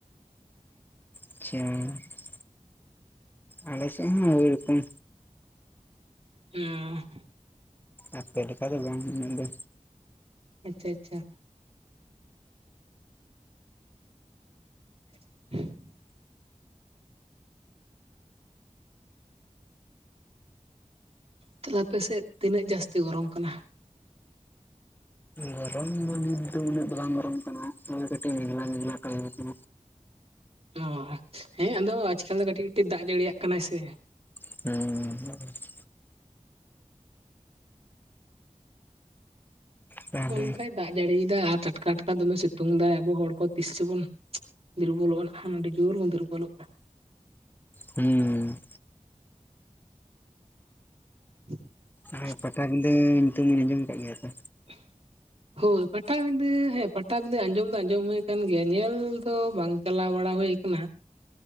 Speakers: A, on the left (about 15°); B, on the right (about 50°).
A: ᱟᱪᱪᱷᱟ ᱟᱞᱮ ᱥᱮᱜ ᱦᱚᱸ ᱳᱭ ᱨᱚᱠᱚᱢ
B: ᱚᱸ
A: ᱟᱯᱮ ᱞᱮᱠᱟ ᱫᱚ ᱵᱟᱝ ᱩᱱᱟᱹᱜ ᱫᱚ᱾
B: ᱟᱪᱪᱷᱟ ᱟᱪᱪᱷᱟ <inaudible> ᱛᱟᱦᱞᱮ ᱟᱯᱮᱥᱮᱫ ᱛᱤᱱᱟᱹᱜ ᱡᱟᱹᱥᱛᱤ ᱜᱚᱨᱚᱢ ᱠᱟᱱᱟ?
A: ᱜᱚᱨᱚᱢ ᱫᱚ ᱱᱤᱛ ᱫᱚ ᱩᱱᱟᱹᱜ ᱫᱚ ᱵᱟᱝ ᱜᱚᱨᱚᱢ ᱠᱟᱱᱟ, ᱱᱚᱜᱼᱚᱭ ᱠᱟᱹᱴᱤᱡ ᱢᱮᱜᱷᱞᱟ ᱢᱮᱜᱷᱞᱟ ᱴᱟᱭᱤᱯ <unintelligible>
B: ᱚ ᱟᱪ ᱦᱮᱸ ᱟᱫᱚ ᱟᱡᱽᱠᱟᱞ ᱫᱚ ᱠᱟᱹᱴᱤᱡ ᱠᱟᱹᱴᱤᱡ ᱫᱟᱜ ᱡᱟᱹᱲᱤᱭᱟᱜ ᱠᱟᱱᱟᱭ ᱥᱮ᱾
A: ᱦᱩᱸ ᱛᱟᱦᱚᱞᱮ
B: ᱚᱱᱠᱟᱭ ᱫᱟᱜ ᱡᱟᱹᱲᱤᱭᱫᱟ ᱟᱨ ᱴᱟᱴᱠᱟ ᱴᱟᱴᱠᱟ ᱫᱚᱢᱮ ᱥᱤᱛᱩᱝ ᱫᱟᱭ ᱟᱵᱚ ᱦᱚᱲ ᱠᱚ ᱛᱤᱥ ᱪᱚᱵᱚᱱ ᱫᱩᱨᱵᱚᱞᱚᱜᱼᱟ ᱱᱟᱜ ᱠᱷᱟᱱ ᱟᱹᱰᱤ ᱡᱳᱨ ᱵᱚᱱ ᱫᱩᱨᱵᱚᱞᱚᱜᱼᱟ ᱾
A: ᱦᱩᱸ
B: <inaudible>
A: ᱟᱨ ᱯᱟᱴᱟ ᱵᱤᱫᱟᱹ ᱧᱩᱛᱩᱢᱮᱢ ᱟᱸᱡᱚᱢ ᱟᱠᱟᱜ ᱜᱮᱭᱟ?
B: <inaudible> ᱦᱳᱭ ᱯᱟᱴᱟᱵᱤᱫᱟᱹ ᱦᱮᱸ ᱯᱟᱴᱟᱵᱤᱫᱟᱹ ᱟᱸᱡᱚᱢ ᱫᱚ ᱟᱸᱡᱚᱢ ᱦᱳᱭ ᱟᱠᱟᱱ ᱜᱮᱭᱟ ᱧᱮᱞ ᱫᱚ ᱵᱟᱝ ᱪᱟᱞᱟᱣ ᱵᱟᱲᱟ ᱦᱳᱭ ᱟᱠᱟᱱᱟ᱾